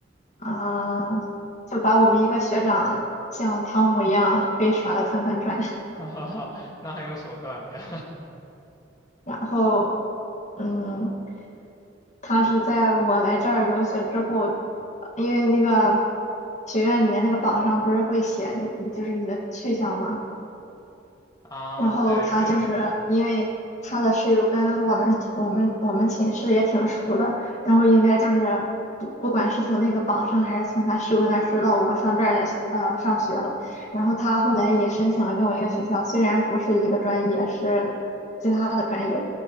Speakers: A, on the left; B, on the left.
A: 嗯、就把我们一个学长像汤姆一样被耍的团团转，
B: <laughs> 哈哈哈，那很有手段了呀。
A: 然后。嗯，他是在我来这儿留学之后，因为那个学院里面那个榜上不是会写你就是你的去向嘛，
B: <laughs> 啊，
A: 然后他就是因为他的室友跟我们我们我们寝室也挺熟的，
B: 对对。
A: 然后应该就是不不管是从那个榜上还是从他室友那儿知道我上这儿来呃上学了，然后他后来也申请了跟我一个学校，虽然不是一个专业，是其他的专业，